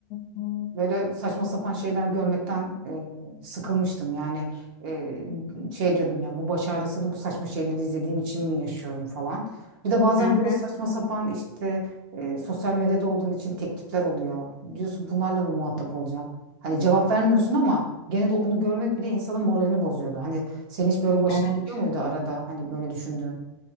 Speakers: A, on the left (about 35°); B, on the right (about 55°).
A: hı
B: böyle saçma sapan şeyler görmekten e, sıkılmıştım. Yani e, şey diyordum ya bu baş ağrısını bu saçma şeyleri izlediğim için mi yaşıyorum falan. Bir de bazen
A: hı. hı.
B: böyle saçma sapan işte e, sosyal medyada olduğun için teklifler oluyor. Diyorsun bunlarla mı muhatap olacağım? Hani cevap vermiyorsun ama gene de onu görmek bile insanın moralini bozuyordu. Hani senin hiç böyle başına
A: Evet.
B: gidiyor muydu arada hani böyle düşündüğün?